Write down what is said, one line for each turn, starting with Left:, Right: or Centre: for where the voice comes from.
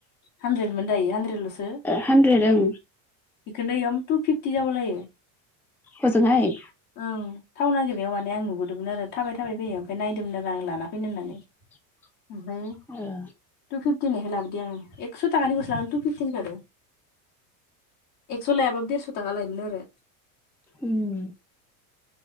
Left: हानद्रेदमोन दायो हानद्रेदल'सो
Centre: हानद्रेद ओं
Left: बेखौनो इयाव टु फिफ टि जाबालायो
Centre: हजोंहाय
Left: ओं थाव नागिरनायाव माने आं नुबोदोंमोन आरो थाबाय थाबाय फैयो ओमफ्राय नायदोंमोन आरो आं लाना फैनो होननानै
Centre: <inaudible>
Left: ओमफ्राय
Centre: ओ
Left: टु फिफ्टिनिखो लाबोदो आङो एक्स' थाखानि गस लानानै टु फिफटिन खादो एक्स लायाबाबो देरस थाखा लायोमोन आरो
Centre: उम